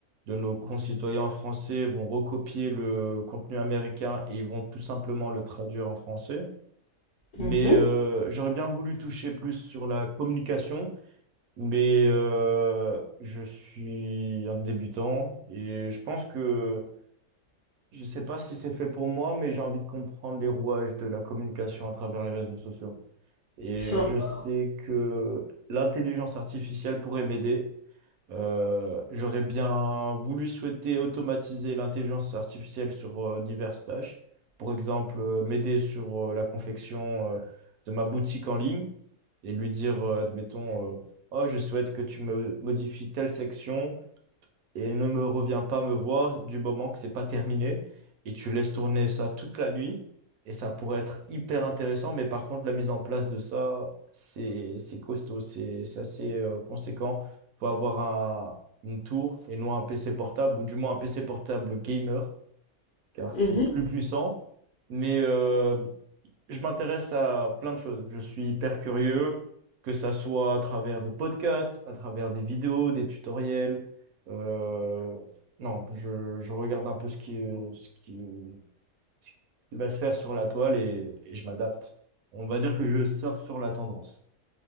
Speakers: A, on the right; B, on the left.
A: de nos concitoyens français, Ils vont recopier le contenu américain et ils vont tout simplement le traduire en français. Mais
B: Mhm,
A: euh, j'aurais bien voulu toucher plus sur la communication, mais euh, je suis un débutant et je pense que je ne sais pas si c'est fait pour moi, mais j'ai envie de comprendre les rouages de la communication à travers les réseaux sociaux. Et
B: sympa.
A: je sais que l'intelligence artificielle pourrait m'aider euh, j'aurais bien voulu souhaiter automatiser l'intelligence artificielle sur euh, diverses tâches. Par exemple, euh, m'aider sur euh, la confection euh, de ma boutique en ligne et lui dire, euh, admettons, euh, Oh, je souhaite que tu me modifies telle section et ne me reviens pas me voir du moment que c'est pas terminé. Et tu laisses tourner ça toute la nuit et ça pourrait être hyper intéressant. Mais par contre, la mise en place de ça, c'est c'est costaud, c'est c'est assez euh, conséquent. Faut avoir un- une tour et non un PC portable, ou du moins un PC portable gamer, car
B: Mhm,
A: c'est plus puissant. Mais euh, je m'intéresse à plein de choses. Je suis hyper curieux, que ça soit à travers des podcasts, à travers des vidéos, des tutoriels. Euh, non, je, je regarde un peu ce qui, ce qui, ce qui va se faire sur la toile et, et je m'adapte. On va dire que je surfe sur la tendance.